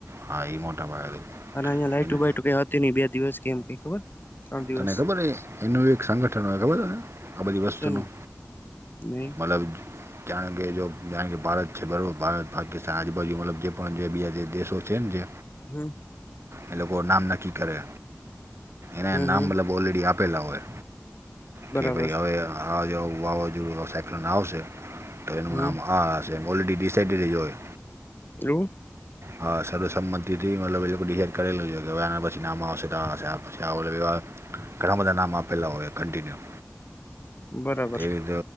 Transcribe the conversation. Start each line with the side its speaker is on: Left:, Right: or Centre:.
Right: હા ઈ મોટા ભાગ <inaudible>
Left: અને <unintelligible> બે દિવસ કેમ એવુ કઈ ખબર ત્રણ દિવસ
Right: તને ખબર એનું એક સંગઠન હોય ખબર તને આ બધી વસ્તુનું
Left: શેનું નહી
Right: મતલબ જાણ કે જો જાણ કે ભારત છે બરાબર ભારત પાકિસ્તાન આજુબાજુ મતલબ જે પણ જે બીજા જે દેશો છે ને જે
Left: હમ
Right: એ લોકો નામ નક્કી કરે ને
Left: હમ
Right: નામ
Left: હમ
Right: બતલબ ઓલરેડી આપેલા હોય
Left: બરાબર
Right: કે ભાઈ હવે આ જો વાવાઝોડું સાયકલન આવશે તો એનું
Left: હમ
Right: નામ આ જેમ ઓલરેડી <unintelligible>
Left: એવુ
Right: હા સર્વસંમતિ થી મતલબ એ લોકો ડિસાઈડ કરેલું છે કે હવે એના પછી નામ આવશે આ પછી. <unintelligible> ઘણા બધા નામ આપેલા હોય કન્ટિન્યુ.
Left: બરાબર
Right: તે રીત